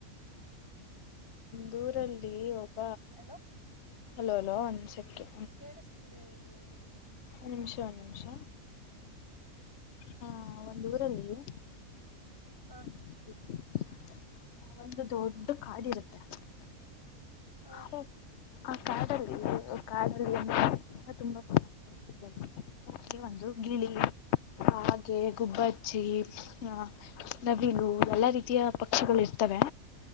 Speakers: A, on the left; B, on the left.
A: ದೂರಲ್ಲಿ ಒಬ್ಬ
B: ಹಲೋ
A: ಹಲೋಲೋ ಅನ್ ಸೆಕು
B: ಕೇಳಿಸ್ತಿದೆ ಹೇಳಿ ಹೇಳಿ ಕೇಳಿಸತ
A: ನಿಮಿಷ ನಿಮಿಷ ಹಾ ಒಂದು ಊರಲ್ಲಿ-
B: ಆ
A: <inaudible> ಒಂದು ದೊಡ್ಡ ಕಾಡಿ ಇರುತ್ತೆ
B: ಹ
A: ಹೇ ಕಾಡಲ್ಲಿ ಕಾಡಲ್ಲಿ ಅಂದ್ರ ತುಂಬಾ <unintelligible> ಆ ಒಂದು ಗಿಳಿ ಹಾಗೆ ಗುಬ್ಬಚ್ಚಿ ಹ ನವಿಲು ಎಲ್ಲಾ ರೀತಿಯ ಪಕ್ಷಿಗಳು ಇರ್ತವೆ